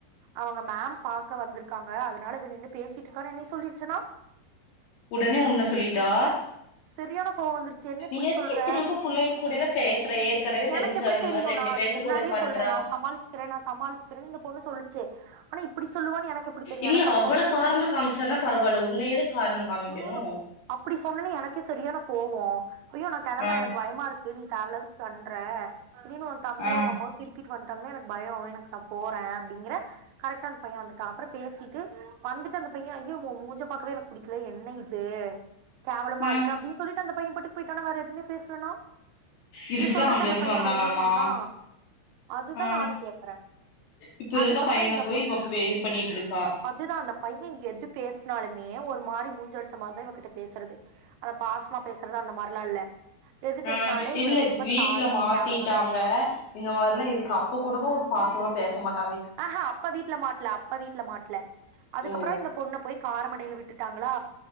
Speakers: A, on the right; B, on the left.
A: அவுங்க மேம் பாக்க வந்திருக்காங்க அதனால இவ நின்னு பேசிட்டு இருக்கானு என்னை சொல்லிருச்சுனா
B: உடனே உன்ன சொல்லிட்டா
A: செரியான கோவோ வந்துருச்சு என்ன இப்டி
B: நீ எதுக்கு
A: சொல்ற
B: இருக்க புள்ளைங்க கூடலா பேசுற ஏற்கனவே
A: எனக்கு
B: தெரிஞ்சு
A: எப்புடி
B: அவ இந்த
A: தெரியு
B: மாரி ரெண்டு
A: நா
B: பேத்து
A: அது முன்னாடியே
B: கூட பண்றா
A: சொல்ற நா சமாளிச்சிக்கிற நா சமாள்ச்சுக்குறன்னு இந்த பொண்ணு சொல்லுச்சி ஆனா இப்புடி சொல்லுவான்னு எனக்கு எப்புடி தெரியு
B: இல்ல
A: எனக்கு அது
B: அவள
A: சொன்னோனே
B: காரண காமிச்சானா பரவால்ல உன்ன எதுக்கு காரண காமிக்கணு
A: ம் அப்புடி சொன்னொனே எனக்கே செரியான கோ ஓ ஐயோ நா கெளம்புற
B: ஆ
A: எனக் கு நீ தேவல்லாது பண்ற திடீனு ஓ தம்பியோ
B: ஆ
A: உங்க அம்மாவோ திருப்பி வன்ட்டாங்கன்னா எனக்கு பயோ எனக்கு நா போற அப்டிங்கிற கரெக்ட்டா அந்த பைய வந்துட்டா அப்பறொ பேசிட்டு வந்துட்டு அந்த பைய ஐயோ ஓ மூஞ்ச பாக்கவே எனக்கு புடிக்லே என்ன இதூ கேவலமா
B: ஆ
A: இருக்கு அப்டின் சொல்லிட்டு அந்தப் பைய பாட்டுக் போயிட்டானா வேற எதுமே பேஸ் சணு
B: இதுக்குதா
A: இது சொல்றக்கு
B: அங்க
A: அந்த
B: இருந்து
A: பைய
B: வந்தானாமா
A: அவ்ளோ தூரொ வந்தா அதுதா
B: ஆ
A: நானு கேக்குற
B: இப்ப
A: அதுக்கப்பறோ
B: இருக்க பையன
A: இந்த
B: போய்
A: பொ
B: இவ இது பண்ணிட்டு இருக்கா
A: அதுதா அந்த பைய எது பேஸ்னாலுமே ஒரு மாரி மூஞ் ச்ல அடிச்சா மார்தா இவக்கிட்ட பேசுறதே அத பாஸ்மா பேசுறது அந்த மார்லா இல்ல எது பேசினாலே
B: ஆ
A: இவள
B: இல்ல
A: ரொம்ப
B: வீட்ல
A: தாழ்த்தி
B: மாட்டீட்டாங்க
A: கேவலமாதா பேசுறா
B: இந்த மார்லா இருக்கு அப்பக் கூடவா ஒரு பாசமா பேச மாட்
A: அ ஹா அப்ப வீட்ல மாட்ல அப்ப வீட்ல மாட்ல அதுக்கப்பறொ
B: ஓ
A: இந்த பொண்ண போய் கா மடையில விட்டுட்டாங்களா